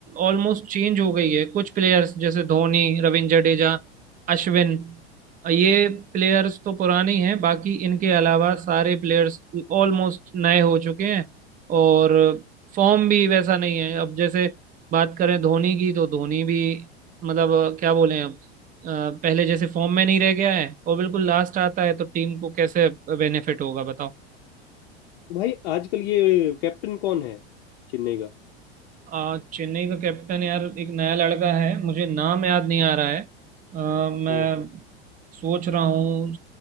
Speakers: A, on the right; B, on the left.
A: ऑलमोस्ट चेंज हो गई है कुछ प्लेयर्स जैसे धोनी रविंद्र जडेजा अश्विन ये प्लेयर्स तो पुराने ही हैं बाकी इनके अलावा सारे प्लेयर्स ऑलमोस्ट नए हो चुके हैं और फॉर्म भी वैसा नहीं है अब जैसे बात करें धोनी की तो धोनी भी मतलब क्या बोले अब अ, पहले जैसे फॉर्म में नहीं रह गया है और बिल्कुल लास्ट आता है तो टीम को कैसे बेनिफिट होगा बताओ
B: भाई आजकल ये कैप्टन कौन है चेन्नई का
A: अ, चेन्नई का कैप्टन यार एक नया लड़का है मुझे नाम याद नहीं आ रहा है अ, मैं
B: हाँ।
A: सोच रहा हूँ